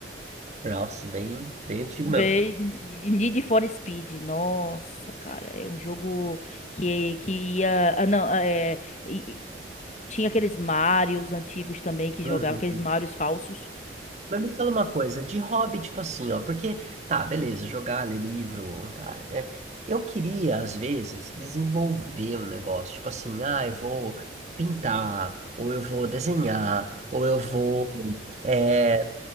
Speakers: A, on the right; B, on the left.
A: Nossa, bem, bem antigo
B: Véi,
A: mesmo.
B: Need for Speed, nossa, cara, é um jogo que, que ia. Ah, não, ah, é, e- e tinha aqueles Marios antigos também que jogavam,
A: Uhum.
B: aqueles Marios falsos.
A: Mas me fala uma coisa, de hobby, tipo assim, ó, porque, tá, beleza, jogar, ler livro, tá, é, eu queria, às vezes, desenvolver um negócio, tipo assim, ah, eu vou pintar, ou eu vou desenhar, ou eu vou, é,